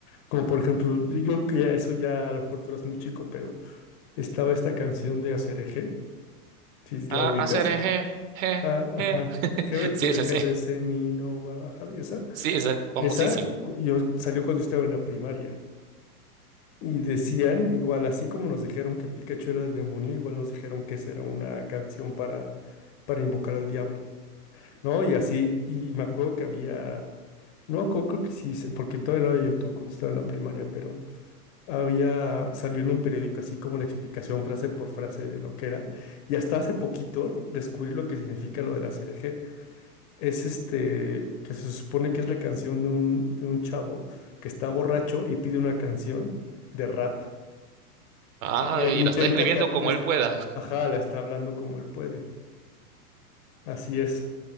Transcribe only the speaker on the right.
A
hacer eje, je,
je. <laughs>
Sí,
esa
sí.
Sí, esa es famosísima.
Ah,
<laughs> y
la está escribiendo
como
él pueda. <laughs>